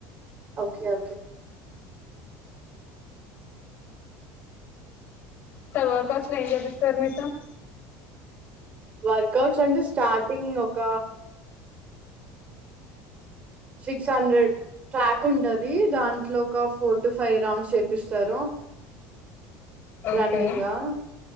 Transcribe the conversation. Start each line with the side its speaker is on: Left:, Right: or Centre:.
Right: ఓకే ఓకే
Left: చాలా వర్కౌస్ ఇంట్లొ ఏం చెపిస్తారు మీతో
Right: వర్కౌట్స్ అంటే స్టార్టింగ్ ఒక సిక్స్ హండ్రెడ్ ట్రాక్ ఉంటాది దాంట్లో ఒక ఫోర్ టు ఫైవ్ రౌండ్స్ చేపిస్తారు
Left: ఓకే
Right: రన్నింగ్ గా